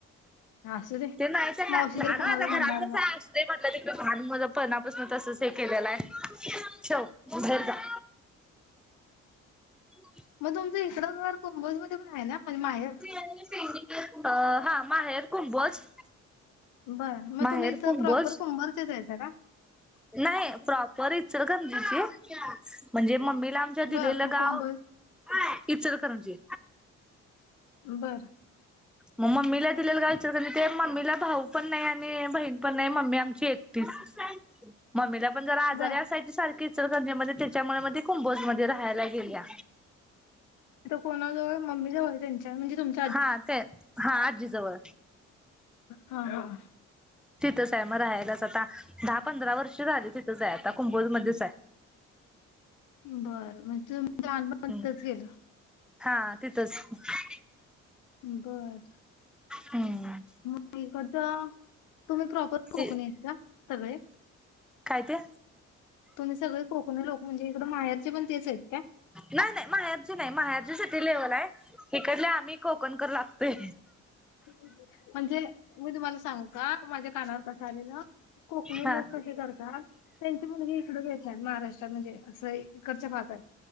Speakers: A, on the left; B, in the centre.
A: असू दे
B: ते नाही त्यांना
A: मावशी
B: ना
A: तर
B: ना
A: कोणाला
B: आता घरातलंच
A: म्हणणार बघ
B: हाय असू ते म्हटलं लहानपणापासून तसच हे केलेलं आहेे ठेव बाहेर जा. <inaudible>
A: मग तुमचं इतरं घर कुंभोज मध्ये पण आहे ना म्हणजे माहेर?
B: <inaudible> अ हा माहेर कुंभोज
A: बर मग
B: माहेर
A: तुम्ही इथं
B: कुंभोज
A: प्रॉपर कुंभारचेच आहेसा का
B: नाही प्रॉपर इचलकरंजीची म्हणजे मम्मीला आमच्या
A: बर
B: दिलेलं
A: मग
B: गाव
A: कुंभज
B: इचलकरंजी.
A: बरं
B: मग मम्मीला दिलेलं काय विचार त्यानी ते मम्मीला भाऊ पण नाही आणि बहीण पण नाही मम्मी आमची एक टिच
A: <inaudible>
B: मम्मीला पण जरा आजारी
A: बर
B: असायची सारखी इंचलकरजी मध्ये त्याच्यामुळे मग ती कुंभोजमध्ये राहायला गेल्या.
A: तिथ कोणा जवळ मम्मी जवळ त्यांच्या म्हणजे तुम्ह
B: हा ते हा आजीजवळ
A: हा हं
B: तिथंच आहे मग राहायलाच आता दहा पंधरा वर्ष झाली तिथंच आहे आता, कुंभोजमध्येच आहे.
A: बरं म्हणजे तुम्ही लहानपण
B: हम्
A: तिथंच गेलं
B: हा तिथच
A: बर
B: हम्
A: ममीकडच तुम्ही प्रॉपर कोकणी
B: ते
A: आहे का सगळे
B: काय ते
A: तुम्ही सगळे कोकणी लोक म्हणजे इकड मायारचे पण तेच आहेत का
B: नाही नाही माहेरची नाही माहेरची सिटी लेव्हल आहे इकडले आम्ही कोकणकर लागतोय
A: म्हणजे मी तुम्हाला सांगू का माझ्या कानावर कसं आलेलं कोकणी
B: हा.
A: लोक कसे करतात त्यांची मुलगी इकड देत्यात महाराष्ट्रात म्हणजे असं इकडच्या भागात